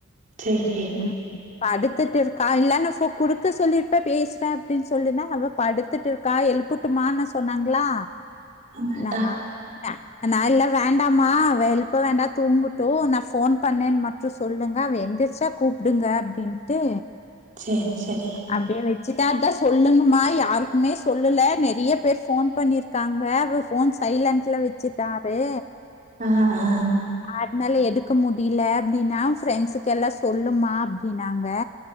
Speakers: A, on the right; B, on the left.
A: சேரி
B: உகும் படுத்துட்டு இருக்கா இல்ல ந சு கொடுக்க சொல்லிருப்பே பேசுறேன் அப்டின்னு சொல்லுன்னா அவ படுத்துட்டு இரு க்கா எழுபட்டுமான சொன்னாங்களா
A: அடா
B: நா விட்ட நான் இல்ல வேண்டாமா எழுப்ப வேண்டாம் தூங்கட்டும் நான் ஃபோன் பண்ணேன்னு மட்டும் சொல்லுங்க அவ எந்துருச்சா கூப்டுங்க அப்டின்ட்டு
A: சேர் சேரி
B: அப்டியே வச்சுட்டா அதான் சொல்லுங்கமா யாருக்குமே சொல்லல நெறையா பேர் போன் பண்ணிரு க்காங்க அவ போன் சைலன்ட்ல வச்சுட்டாரு
A: ஆ ஆ
B: அதனால எடுக்க முடியல அப்டின்னா ஃப்ரெண்ட்ஸுக்கு எல்லாம் சொல்லுமா அப்டின்னாங்க